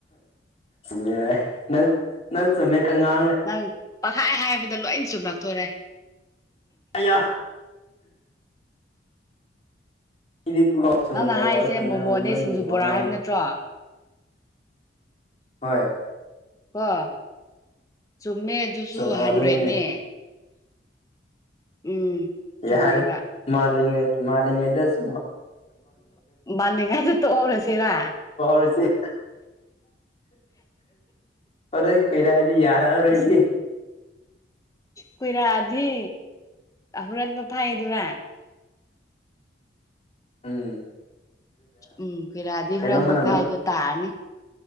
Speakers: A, on the left (about 35°); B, on the left (about 20°).
A: ꯁꯃꯦ ꯅꯪ ꯅꯪ ꯆꯃꯦ ꯀꯉ
B: ꯅꯪ ꯄꯪꯈꯥꯏ ꯍꯥꯏꯕꯗ ꯂꯣꯏ ꯆꯨꯝꯂꯛꯇꯣꯔꯦ
A: ꯑꯌꯥ ꯑꯩꯗꯤ ꯀꯣ ꯁꯨꯝ
B: ꯅꯪꯅ
A: ꯀꯣꯜ
B: ꯍꯥꯏꯔꯤꯁꯦ
A: ꯇꯧꯔꯀꯥꯟꯗ
B: ꯃꯣꯃꯣꯅꯦ
A: ꯅꯣꯏꯒꯤ
B: ꯁꯤꯡꯖꯨ
A: ꯋꯥ
B: ꯕꯣꯔꯥ
A: ꯉꯥꯡꯕ
B: ꯍꯥꯏꯕ ꯅꯠꯇ꯭ꯔꯣ
A: ꯍꯣꯏ
B: ꯀꯣ ꯆꯨꯝꯃꯦ ꯑꯗꯨꯁꯨ
A: ꯁꯨꯝ ꯑꯣ
B: ꯍꯟꯗ꯭ꯔꯦꯠꯅꯦ
A: ꯑꯗꯨꯅꯤꯅꯦ
B: ꯎꯝ ꯆꯨꯝꯃꯦꯕ
A: ꯌꯥꯔꯦ ꯃꯥꯂꯤ ꯃꯥꯂꯤꯗ ꯁꯃ
B: ꯃꯅꯤꯡꯉꯥꯏꯁꯨ ꯇꯣꯛꯎꯧꯔꯁꯤꯦꯔ
A: ꯔꯁꯤꯦ ꯐ ꯀꯔ ꯑꯗꯨ ꯌꯥꯔꯛꯑꯔꯣꯏꯁꯤ
B: ꯏꯁ ꯀꯨꯏꯔꯛꯑꯗꯤ ꯍꯨꯔꯟꯕ ꯐꯥꯏꯗꯨꯔꯥ
A: ꯑꯝ
B: ꯎꯝ ꯀꯦꯔꯥꯗꯤ
A: ꯀꯩꯅꯣꯝꯃꯅ
B: ꯍꯨꯔꯥꯟꯕ ꯐꯥꯏꯗꯣ ꯇꯥꯔꯅꯤ